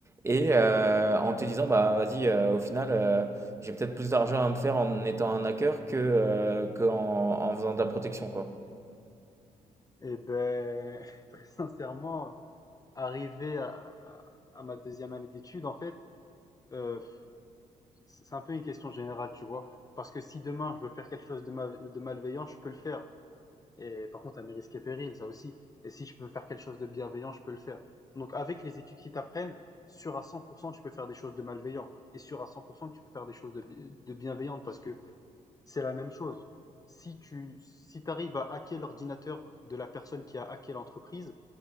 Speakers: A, on the right; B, on the left.
A: et euh, en te disant, bah vas-y, euh, au final, euh, j'ai peut-être plus d'argent à me faire en étant un hacker que, euh, qu'en en faisant de la protection, quoi.
B: Et ben <laughs> très sincèrement, arrivé à, à- à ma deuxième année d'études, en fait, euh, c'est un peu une question générale, tu vois. Parce que si demain je veux faire quelque chose de, ma- de malveillant, je peux le faire. Et par contre, à mes risques et périls, ça aussi. Et si je peux faire quelque chose de bienveillant, je peux le faire. Donc, avec les études qui t'apprennent, sûr à 100% que tu peux faire des choses de malveillant. Et sûr à 100% que tu peux faire des choses de, de bienveillantes parce que c'est la même chose. Si tu si t'arrives à hacker l'ordinateur de la personne qui a hacké l'entreprise,